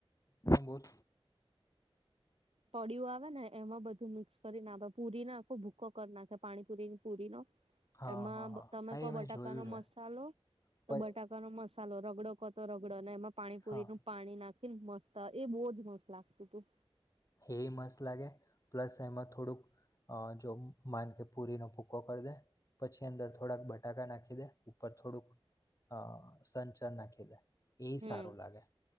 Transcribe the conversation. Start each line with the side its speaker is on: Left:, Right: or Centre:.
Left: હા બોલો.
Right: પડી આવે ને એમાં બધું મિક્સ કરી નાખે પુરીને આખો ભૂકો કર નાખે પાણીપુરીની પુરી નો.
Left: હા
Right: એમાં
Left: હા હા
Right: તમે
Left: હા
Right: ક
Left: એ
Right: બટાકાનોો
Left: મેં જોયું છે
Right: મસાલો તો
Left: પ
Right: બટાકા નો મસાલો રગડો કતો રગડો અને એમાં પાણીપુરી
Left: હા
Right: નું પાણી નાખીને મસ્ત એ બહુ જ મસ્ત લાગતું તું.
Left: એ એ મસ્ત લાગે પ્લસ એમાં થોડુંક. જો માન કે પૂરીનો પૂક્કો કર દે. પછી અંદર થોડાક બટાકા નાખી દે ઉપર થોડુંક અ સંચાર નાખી દે એ
Right: હમ
Left: સારું લાગે